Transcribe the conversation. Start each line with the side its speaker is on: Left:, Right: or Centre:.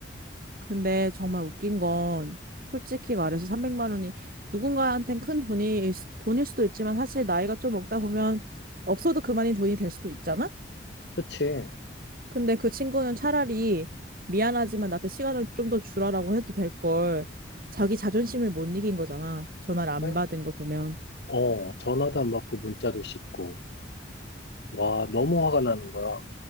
Right: 근데 정말 웃긴 건 솔직히 말해서 300만 원이 누군가한텐 큰 돈이 돈일 수도 있지만 사실 나이가 좀 먹다 보면 없어도 그만인 돈이 될 수도 있잖아.
Left: 그치?
Right: 근데 그 친구는 차라리 미안하지만 나한테 시간을 좀 더 주라라고 해도 될 걸. 자기 자존심을 못 이긴 거잖아. 전화를 안
Left: 아니,
Right: 받은 거 보면.
Left: 어, 전화도 안 받고 문자도 씹고. 와, 너무 화가 나는 거야.